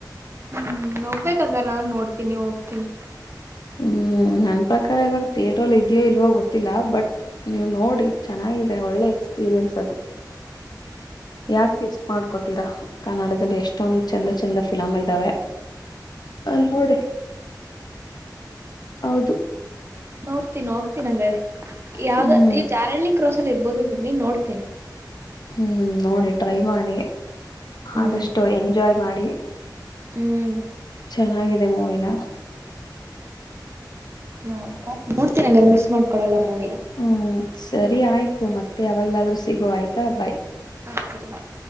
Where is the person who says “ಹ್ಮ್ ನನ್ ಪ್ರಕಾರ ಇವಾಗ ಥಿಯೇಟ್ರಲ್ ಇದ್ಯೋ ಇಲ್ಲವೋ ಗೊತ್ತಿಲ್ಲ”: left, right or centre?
Left